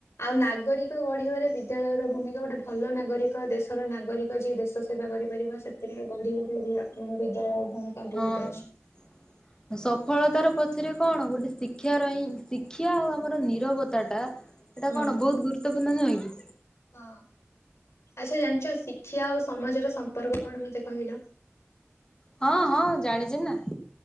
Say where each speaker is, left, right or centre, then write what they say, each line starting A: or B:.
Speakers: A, on the left (about 75°); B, on the left (about 15°).
A: ଆଉ ନାଗରିକ ଗଢିବାରେ ବିଦ୍ୟାଳୟର ଭୂମିକା ଗୋଟେ ଭଲ ନାଗରିକ ଦେଶର ନାଗରି କ ଯିଏ ଦେଶ ସେବା କରିପାରିବ ସେଥିରେ <unintelligible> ବିଦ୍ୟାଳୟ ଭୂମିକା ବହୁତ
B: ହଁ।
A: ଅଛି।
B: ସଫଳତାର ପଛରେ କଣ ଗୋଟେ ଶିକ୍ଷା ର ହିଁ ଶିକ୍ଷା ଆଉ ଆମର ନିରବତା ଟା ଏଇଟା
A: ହୁଁ।
B: କଣ ବହୁତ ଗୁରୁତପୂର୍ଣ୍ଣ ନୁହେଁ କି?
A: ହଁ ଆଚ୍ଛା ଜାଣିଛ ଶିକ୍ଷା ଆଉ ସମାଜର ସମ୍ପର୍କ କଣ ମତେ କହିଲ?
B: ହଁ ହଁ ଜାଣିଛି ନା